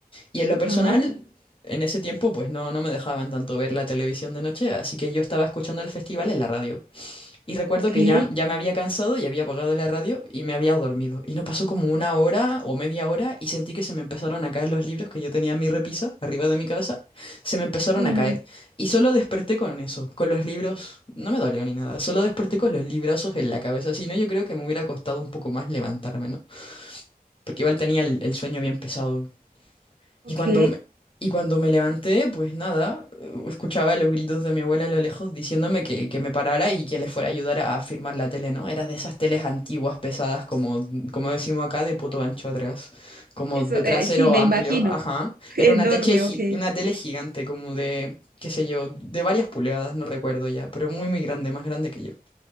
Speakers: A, on the left; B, on the right.
A: Y en
B: Ajá.
A: lo personal, en ese tiempo, pues no, no me dejaban tanto ver la televisión de noche, así que yo estaba escuchando el festival en la radio. Y recuerdo
B: Ok,
A: que ya, ya me había cansado y había apagado la radio y me había dormido. Y no pasó como una hora o media hora y sentí que se me empezaron a caer los libros que yo tenía en mi repisa, arriba de mi cabeza, se me empezaron
B: uy,
A: a caer.
B: no.
A: Y solo desperté con eso, con los libros, no me dolió ni nada, solo desperté con los librazos en la cabeza. Si no, yo creo que me hubiera costado un poco más levantarme, ¿no? Porque igual tenía el, el sueño bien pesado.
B: Ok,
A: Y cuando me, y cuando me levanté, pues nada, eh, escuchaba los gritos de mi abuela a lo lejos diciéndome que, que me parara y que le fuera a ayudar a firmar la tele, ¿no? Era de esas teles antiguas, pesadas, como, como decimos acá, de poto ancho atrás, como
B: eso,
A: de trasero
B: eh, sí, me
A: amplio,
B: imagino.
A: ajá.
B: <laughs>
A: Era
B: Enorme,
A: una, teche gi-
B: ok.
A: una tele gigante, como de, qué sé yo, de varias pulgadas, no recuerdo ya, pero muy, muy grande, más grande que yo.